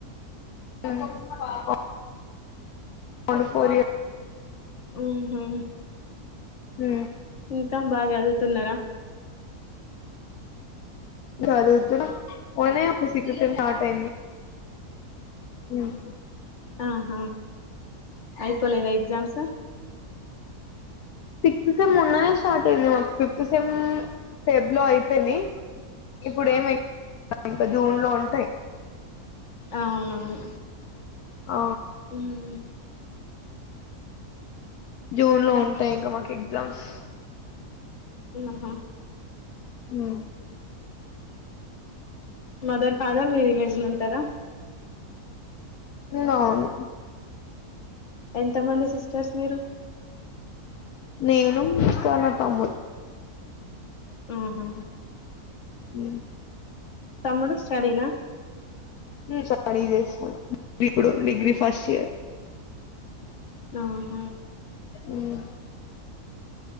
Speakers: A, on the left; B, on the left.
A: ఒ మది ఫోర్ ఇయర్
B: ఊహు
A: మ్
B: ఇంక బాగా చదువుతున్నారా
A: చదువుతున్న <unintelligible> ఒక సిటీతో స్టార్ట్ అయింది ఉమ్
B: ఆహ అయిపోలేదా ఎగ్జామ్స్
A: సిక్స్త్ సెమ్ మోన్న స్టార్ట్ అయింది మాకు ఫిఫ్త్ సెమ్ ఫెబ్ లో అయిపోద్ది ఇప్పుడు ఏమై ఇంకా జూన్లో ఉంటాయి
B: ఆ అవునవును
A: ఆ
B: ఉమ్
A: జూన్
B: ఇంకా
A: లో ఉంటాయి ఇంక మాకు ఎగ్జామ్స్
B: ఆహ
A: హు
B: మదర్ ఫాదర్ మీ విలేజ్ లో ఉంటారా
A: మ్ అవును
B: ఎంతమంది సిస్టర్స్ మీరు
A: నేను ఇంకా నా తమ్ముడు
B: ఊహు
A: మ్
B: తమ్ముడు స్టడీనా
A: ఉమ్ స్టడీ చేస్తున్నాడు ఇప్పుడు డిగ్రీ ఫస్ట్ ఇయర్
B: ఆహ
A: ఉహ్